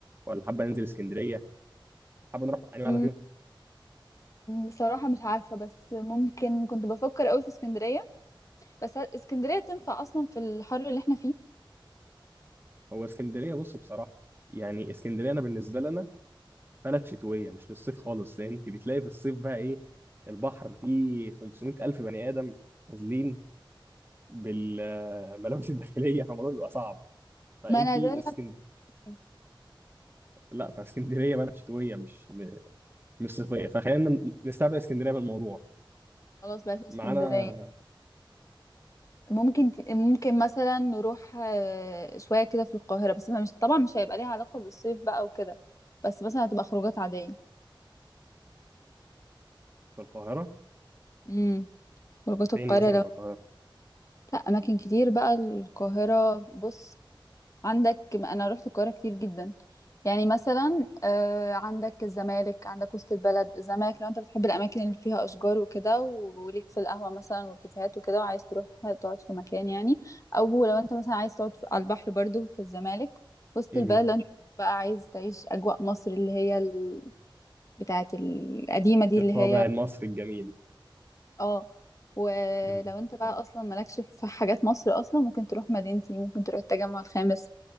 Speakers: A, on the right; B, on the left.
A: ولا حابه ننزل اسكندريه حابه نروح انهي واحده
B: مم،
A: فيهم
B: بصراحة مش عارفة بس ممكن كنت بفكر قوي في اسكندرية بس اسكندرية تنفع اصلا في الحر اللي احنا فيه
A: هو اسكندريه بص بصراحه يعني اسكندريه انا بالنسبه لنا بلد شتويه مش للصيف خالص لان انت بتلاقي في الصيف بقى ايه البحر فيه 500 الف بني ادم نازلين بالملابس الداخليه فالموضوع بيبقى صعب فانت
B: ما انا
A: اسكند
B: ده اللي- أنا-
A: لا فاسكندريه بلد شتويه مش م- مش صيفيه فخلينا نستبعد اسكندريه من الموضوع
B: خلاص بقى اسكندرية
A: معانا
B: ممكن ت- ممكن مثلا نروح آه، شوية كده في القاهرة بس ما مش طبعا مش هيبقى ليها علاقة بالصيف بقى وكده بس مثلا هتبقى خروجات عادية
A: في القاهره
B: امم خروجات
A: فين
B: القاهرة
A: مثلا
B: لو
A: في القاهره
B: لا أماكن كتير بقى القاهرة بص عندك انا رحت القاهره كتير جدا يعني مثلا آه، عندك الزمالك عندك وسط البلد الزمالك لو انت بتحب الاماكن اللي فيها اشجار وكده و- وليك في القهوه مثلا والكافيهات وكده وعايز تروح تقعد في مكان يعني او لو انت مثلا عايز تقعد في- على البحر برضو في الزمالك وسط
A: مم.
B: البلد لو انت بقى عايز تعيش اجواء مصر اللي هي ال... بتاعه القديمه دي
A: الطابع
B: اللي هي
A: المصري الجميل
B: اه ولو
A: مم.
B: انت بقى اصلا مالكش في حاجات مصر اصلا ممكن تروح مدينتي ممكن تروح التجمع الخامس